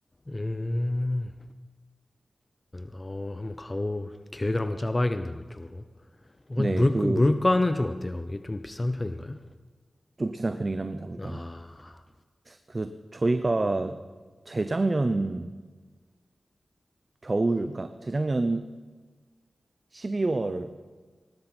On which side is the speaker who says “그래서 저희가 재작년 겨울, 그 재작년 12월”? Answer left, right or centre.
Right